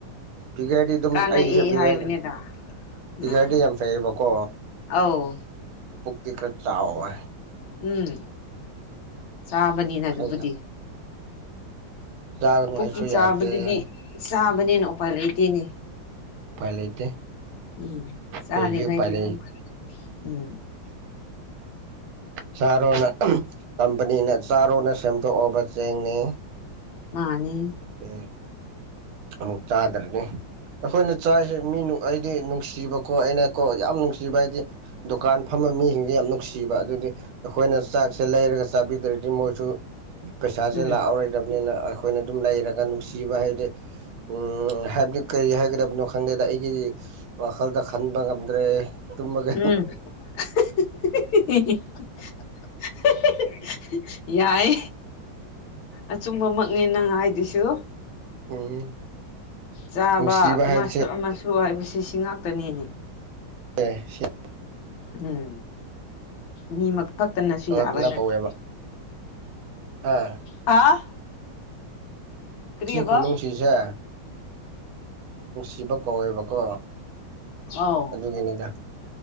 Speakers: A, on the right; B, on the left.
A: ꯐꯤꯒꯔꯗꯤ ꯑꯗꯨꯝ
B: ꯀꯥꯟꯅꯩ
A: ꯑꯩꯒꯤꯁꯦ ꯐꯤꯒꯔ
B: ꯍꯥꯏꯕꯅꯤꯗ
A: ꯐꯤꯒꯔꯗꯤ
B: ꯎꯝ
A: ꯌꯥꯝ ꯐꯩꯌꯦꯕꯀꯣ
B: ꯑꯧ
A: ꯄꯨꯛꯇꯤ ꯈꯔ ꯆꯥꯎꯋꯦ
B: ꯎꯝ ꯆꯥꯕꯅꯤꯅ ꯑꯗꯨꯕꯨꯗꯤ
A: ꯈꯪꯗꯦ ꯆꯥꯒꯅꯨ
B: ꯄꯨꯛ
A: ꯍꯥꯏꯁꯨ
B: ꯀꯤ ꯆꯥꯕꯗꯨꯗꯤ
A: ꯌꯥꯗꯦ
B: ꯆꯥꯕꯅꯤꯅ ꯎꯄꯥꯏ ꯂꯩꯇꯦꯅꯦ
A: ꯎꯄꯥꯏ ꯂꯩꯇꯦ
B: ꯎꯝ ꯆꯥꯔꯤꯉꯩꯗꯤ
A: ꯀꯩꯒꯤ ꯎꯄꯥꯏ ꯂꯩ
B: ꯑꯗꯨ ꯎꯝ <unintelligible>
A: ꯆꯥꯔꯣꯅ ꯀꯝꯄꯅꯤꯅ ꯆꯥꯔꯣꯅ ꯁꯦꯝꯗꯣꯛꯑꯕ ꯆꯦꯡꯅꯤ
B: ꯃꯥꯟꯅꯤ
A: ꯎ ꯑꯣ <unintelligible> ꯆꯥꯗ꯭ꯔꯅꯤ ꯑꯩꯈꯣꯏꯅ ꯆꯥꯔꯤꯁꯦ ꯃꯤ ꯑꯩꯗꯤ ꯅꯨꯡꯁꯤꯕꯀꯣ ꯑꯩꯅꯀꯣ ꯌꯥꯝ ꯅꯨꯡꯁꯤꯕ ꯍꯥꯏꯗꯤ ꯗꯨꯀꯥꯟ ꯐꯝꯕ ꯃꯤꯁꯤꯡꯁꯦ ꯌꯥꯝ ꯅꯨꯡꯁꯤꯕ ꯑꯗꯨꯗꯤ ꯑꯩꯈꯣꯏꯅ ꯆꯥꯛꯁꯦ ꯂꯩꯔꯒ ꯆꯥꯕꯤꯗ꯭ꯔꯗꯤ ꯃꯣꯏꯁꯨ ꯄꯩꯁꯥꯁꯦ
B: ꯎꯝ
A: ꯂꯥꯛꯑꯔꯣꯏꯗꯕꯅꯤꯅ ꯑꯩꯈꯣꯏꯅ ꯑꯗꯨꯝ ꯂꯩꯔꯒ ꯅꯨꯡꯁꯤꯕ ꯍꯥꯏꯗꯤ ꯎꯝ ꯍꯥꯏꯕꯗꯤ ꯀꯔꯤ ꯍꯥꯏꯒꯗꯕꯅꯣ ꯈꯪꯗꯦꯗ ꯑꯩꯒꯤ ꯋꯥꯈꯜꯗ ꯈꯟꯕ ꯉꯝꯗ꯭ꯔꯦ ꯇꯨꯝꯃꯒꯦ
B: ꯎꯝ <unintelligible> ꯌꯥꯏ ꯑꯆꯨꯝꯕꯃꯛꯅꯦ ꯅꯪ ꯍꯥꯏꯗꯨꯁꯨ
A: ꯎꯝ
B: ꯆꯥꯕ
A: ꯅꯨꯡꯁꯤꯕ
B: ꯑꯃꯁꯨ
A: ꯍꯥꯏꯕꯁꯦ
B: ꯑꯃꯁꯨ ꯍꯥꯏꯕꯁꯤ ꯁꯤ ꯉꯥꯛꯇꯅꯤꯅꯦ
A: ꯑꯦ ꯁꯤ <unintelligible>
B: ꯎꯝ ꯃꯤꯃ ꯈꯛꯇꯅꯁꯨ ꯌꯥꯕ
A: ꯄꯨꯂꯞ
B: ꯅꯠꯇꯦ
A: ꯀꯧꯋꯦꯕ ꯑꯥ
B: ꯍꯥꯎ ꯀꯔꯤꯏꯕ
A: ꯁꯤ ꯈꯨꯅꯨꯡꯁꯤꯁꯦ ꯅꯨꯡꯁꯤꯕ ꯀꯧꯋꯦꯕꯀꯣ
B: ꯑꯧ
A: ꯑꯗꯨꯒꯤꯅꯤꯗ